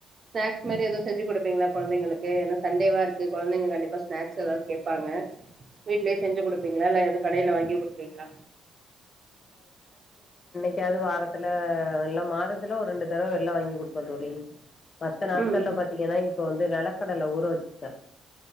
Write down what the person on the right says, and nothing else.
ஸ்நாக்ஸ் மாரி ஏதோ செஞ்சு கொடுப்பீங்களா குழந்தைங்களுக்கு ஏன்னா சண்டேவா குழந்தைங்க கண்டிப்பா ஸ்நாக்ஸ் எதாவது கேட்பாங்க வீட்லயே செஞ்சு கொடுப்பீங்கள இல்ல எது கடையில வாங்கி குடுபிங்களா
ம்